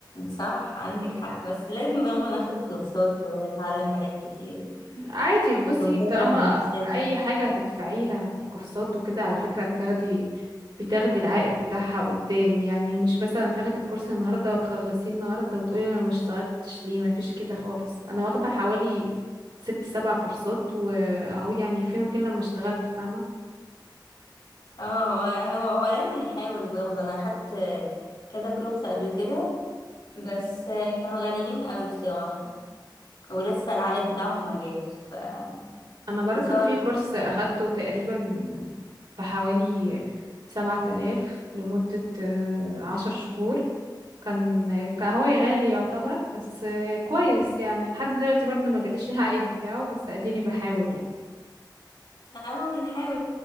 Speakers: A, on the left; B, on the right.
A: صح عندك حق بس لازم برضه ناخد كورسات ونتعلم حاجات كتير
B: عادي بصي
A: ونطور
B: طالما
A: من نفسنا
B: اي حاجة هتدفعيها في الكورسات وكده على فكرة بتاخدي بتاخدي العائد بتاعها قدام يعني مش مثلا تاخدي الكورس النهاردة وتخلصيه النهاردة وتقولي انا ما اشتغلتش ليه ما فيش كده خالص انا واخدة حوالي ست سبع كورسات واهو يعني فين وفين لما اشتغلت فاهمة
A: اه هو هو هو لازم نحاول برضه انا اخدت كذا كورس قبل كده بس كانوا غاليين قوي بصراحة ولسه العائد بتاعهم ما جاش فان
B: انا برضو
A: شاء
B: في
A: الله
B: كورس
A: يعني
B: اخدته تقريبا بحوالي سبعة آلاف لمدة آه، عشر شهور كان كان
A: مم.
B: هو غالي يعتبر بس آه، كويس يعني لحد دلوقتي برضو ما جاليش العائد بتاعه بس اديني بحاول يعني
A: اهو بنحاول